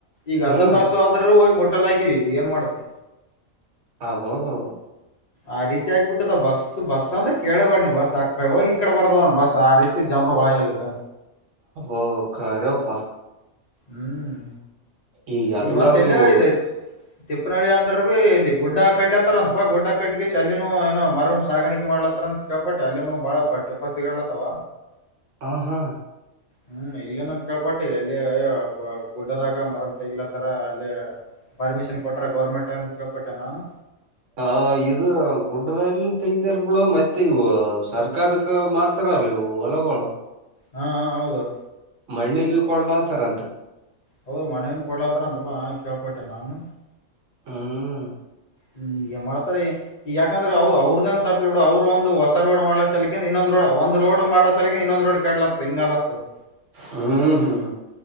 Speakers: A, on the left; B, on the right.
A: ಈಗ ಅರ್ಧ
B: ಹ್ಮ್
A: ತಾಸು ಆದ್ರರುೂ ಹೋಗಿ ಮೊಟ್ಟೆ ಆಗಿವಿ ಈಗ ಏನ್ ಮಾಡ್ತಿ
B: ಅಬ್ಬಬ್ಬಾ
A: ಆ ರೀತಿ ಆಗ್ಬ ಬಿಟ್ಟದ ಬಸ್ ಬಸ್ ಅಂದ್ರ ಕೇಳಗೋಡ್ ಬಸ್ ಆಕಡೆ ಹೋಗಿ ಈ ಕಡೆ ಬರ್ತದ ಬಸ್ ಆ ರೀತಿ ಜಂಪ್ ಒಳಗ ಆದೆ
B: ಓ ಖರೆ ಅಪ್ಪ.
A: ಹ್ಮ್
B: ಈಗೆಲ್ಲ
A: ಇಲ್ಲಿ ಮತ್ತೆ ಎಲ್ಲೊ
B: ಇವು
A: ಇದೆ ತಿಪ್ಪನಳ್ಳಿ ಅಂದ್ರ ಭೀ ಇಲ್ಲಿ ಗುಡ್ಡ ಕಡ್ಲತ್ತಾರ ಅಂತಪಾ ಗುಡ್ಡ ಕಡ್ಗೆ ಚಲನ ಏನೋ ಮರ್ ಸಾಗಾಣಿಕೆ ಮಾಡ್ಲತ್ತಾರಂತ. ಕೇಲ್ಪಟ್ಟೆ ಅಲ್ಲಿನೂ ಬಾಳ ಪಟ್ಟ್ಯ ಪತಿಲತ್ತವ.
B: ಹಾ ಹಾ
A: ಹ್ಮ್ ಇಲ್ಲೇನ ಕೇಳ್ಪಟ್ಟಿ ಎಲ್ಲಿ ಗುಡ್ಡದಾಗ ಮರ ತೆಗಿಲತರ ಅಲ್ಲಿ ಪರ್ಮಿಷನ್ ಕೊಟ್ರ ಗೌರ್ಮೆಂಟ್ ಅಂತ ಕೇಳ್ಪಟ್ಟೆ ನಾನು.
B: ಹ ಇದು ಗುಡ್ಡಲ್ಲ ತೆಗತರ್ ಬಿಡು ಮತ್ತೆ ಇವ ಸರ್ಕಾರಕ್ಕೆ ಮಾತ್ರ ಅಲ್ಲವು ಹೊಲಗೋಳ.
A: ಹಾ ಹಾ ಹೌದು.
B: ಮಣ್ಣಿ ಕೊಡ್ಲಾಂತಾರಂತ.
A: ಹೌದು ಮಣ್ಣೇನ್ ಕೊಡ್ಲತ್ತರ ಅಂತಪ್ಪಾ ಕೇಳ್ಪಟ್ಟೆ ನಾನು.
B: ಹ್ಮ್
A: ಹ್ಮ್ ಮಾಡತೇರಿ. ಈಗ ಯಾಕಂದ್ರೆ ಅವವು ಅವ್ರದನ್ ತಪ್ಪಿಲ ಬಿಡ ಅವ್ರರು ಒಂದ ಹೊಸ ರೋಡ್ ಮಾಡ್ಕ್ ಸಲಕಂದ ಇನ್ನೊಂದ್ ರೋಡ್ ಒಂದ ರೋಡ್ ಮಾಡ ಸಾಲೆಕಿಂದ ಇನ್ನೊಂದ ರೋಡ್ಡ ಕೇಡ್ಲಾತದು ಹಿಂಗಲತ್ತದು.
B: ಹ್ಮ್ ಹ್ಮ್ ಹ್ಮ್